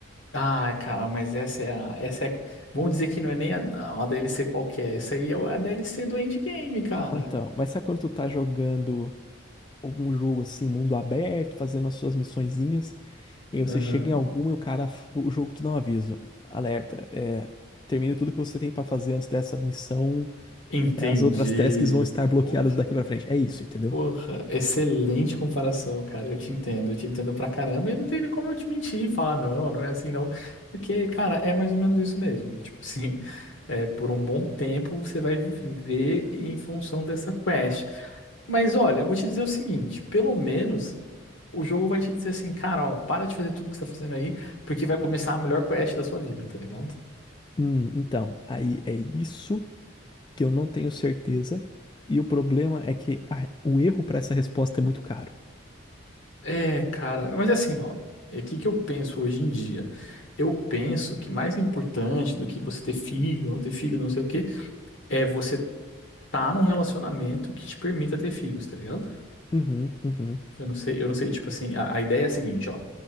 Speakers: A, on the left (about 70°); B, on the left (about 20°).
A: Ah, cara, mas essa é a, essa é, vamos dizer que não é nem a, uma DLC qualquer, essa aí é a DLC do endgame, cara.
B: Não, então, mas sabe quando tu tá jogando algum jogo assim, mundo aberto, fazendo as suas missõezinhas, e aí você
A: Aham.
B: chega em alguma e o cara, o jogo te dá um aviso, alerta, é, termine tudo que você tem pra fazer antes dessa missão
A: Entendi.
B: As outras tasks vão estar bloqueadas
A: Porra.
B: daqui pra frente. É isso, entendeu?
A: Porra, excelente comparação, cara. Eu te entendo, eu te entendo pra caramba. E não tem nem como eu te mentir e falar, não, não é assim, não. Porque, cara, é mais ou menos isso mesmo. <laughs> Tipo assim, é, por um bom tempo você vai viver em função dessa quest. Mas olha, eu vou te dizer o seguinte: pelo menos o jogo vai te dizer assim, cara, ó, para de fazer tudo que você tá fazendo aí, porque vai começar a melhor quest da sua vida, tá ligado?
B: Hum, então, aí é isso que eu não tenho certeza. E o problema é que a- o erro pra essa resposta é muito caro.
A: É, cara, mas assim, ó, é o que que eu penso hoje em dia? Eu penso que mais importante do que você ter filho, ou não ter filho, não sei o quê, é você tá num relacionamento que te permita ter filhos, tá ligado?
B: Uhum, uhum,
A: Eu não sei, eu não sei, tipo assim, a, a ideia é a seguinte, ó,